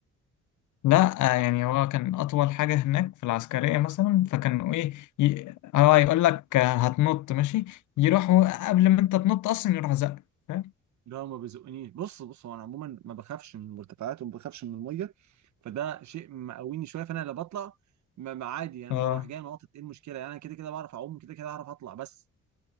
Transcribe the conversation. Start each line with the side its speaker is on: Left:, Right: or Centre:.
Left: لا آه، يعني هو كان أطول حاجة هناك في العسكرية مثلا فكانوا إيه ي... هو يقول لك آه، هتنط ماشي يروحوا قبل ما أنت تنط أصلا يروح زقك فاهم؟
Right: لا ما بيزقنيش بص بص هو أنا عموما ما بخافش من المرتفعات وما بخافش من المية فده شيء مقويني شوية فأنا لا بطلع ما ما عادي يعني
Left: آه
Right: بروح جاي ناطط إيه المشكلة يعني أنا كده كده بعرف أعوم كده كده أعرف أطلع بس